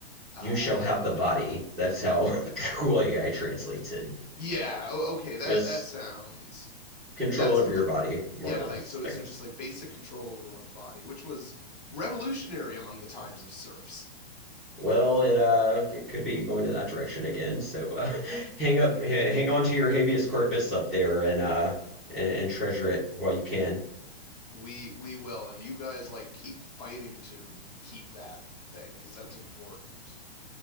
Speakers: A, on the left (about 40°); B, in the centre.
A: Uh,
B: You shall have the body. That's how <laughs> Google AI translates it.
A: yeah, o- okay, that
B: It's
A: that sounds
B: control
A: that
B: over
A: sounds
B: your
A: correct.
B: body, more
A: Yeah,
B: or less,
A: like so
B: I
A: so
B: guess.
A: just like basic control over one's body, which was revolutionary among the times of serfs.
B: Well, it uh it could be going to that direction again. So uh, <laughs> hang up, ha- hang on to your habeas corpus up there and uh and, and treasure it while you can.
A: We we will, and you guys like keep fighting to keep that thing because that's important.